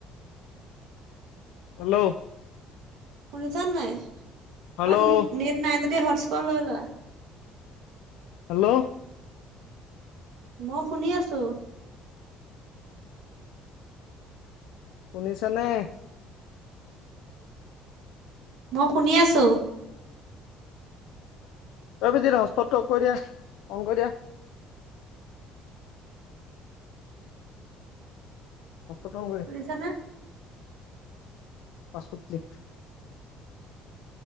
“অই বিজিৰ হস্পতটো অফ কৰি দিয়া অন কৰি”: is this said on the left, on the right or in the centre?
Left